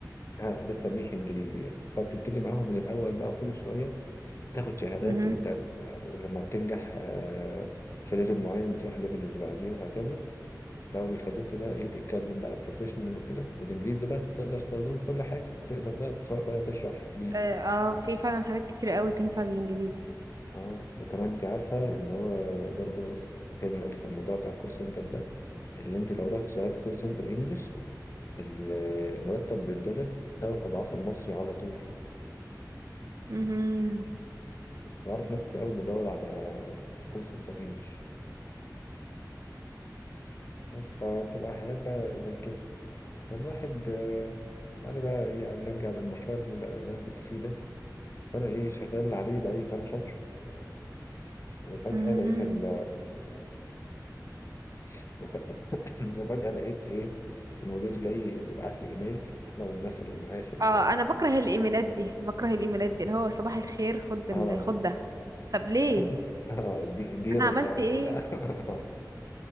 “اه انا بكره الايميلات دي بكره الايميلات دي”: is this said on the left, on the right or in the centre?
Right